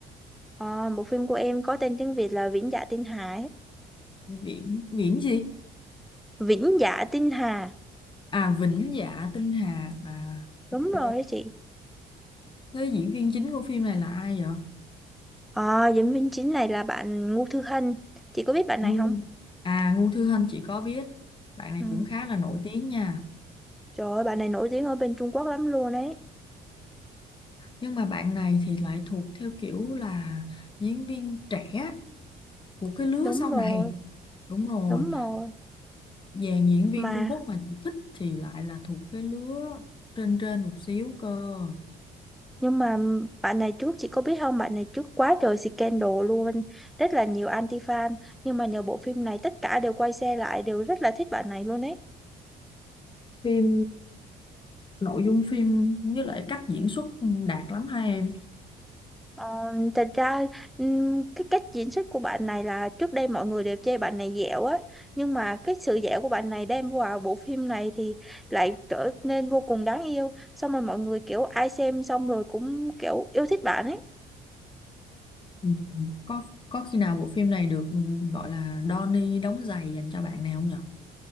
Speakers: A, in the centre; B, on the left (about 30°).
A: Ờ, bộ phim của em có tên tiếng Việt là Vĩnh Dạ Tinh Hải
B: Viễn Viễn gì?
A: Vĩnh Dạ Tinh Hà
B: À Vĩnh Dạ Tinh Hà. À ok.
A: đúng rồi đấy chị
B: Thế diễn viên chính của phim này là ai vậy?
A: à diễn viên chính này là bạn Ngô Thư Hân chị có biết bạn này
B: Ngu
A: không
B: À Ngu Thư Hân chị có biết. Bạn này
A: ừ.
B: cũng khá là nổi tiếng nha.
A: trời ơi bạn này nổi tiếng ở bên Trung Quốc lắm luôn đấy
B: Nhưng mà bạn này thì lại thuộc theo kiểu là diễn viên trẻ của cái lứa
A: đúng
B: sau
A: rồi
B: này. Đúng rồi,
A: đúng rồi
B: dàn diễn viên
A: mà
B: Trung Quốc mà chị thích thì lại là thuộc cái lứa trên trên một xíu cơ.
A: nhưng mà bạn này trước chị có biết không bạn này trước quá trời scandal luôn rất là nhiều anti fan nhưng mà nhờ bộ phim này tất cả đều quay xe lại đều rất là thích bạn này luôn đấy
B: phim nội dung phim với lại cách diễn xuất đạt lắm hai em
A: Ờ, thật ra ừm, cái cách diễn xuất của bạn này là trước đây mọi người đều chê bạn này dẻo á nhưng mà cái sự dẻo của bạn này đem vào bộ phim này thì lại trở nên vô cùng đáng yêu xong rồi mọi người kiểu ai xem xong rồi cũng kiểu yêu thích bạn ấy
B: Ừ. có có khi nào bộ phim này được ừ, gọi là Donnie đóng giày dành cho bạn này không nhở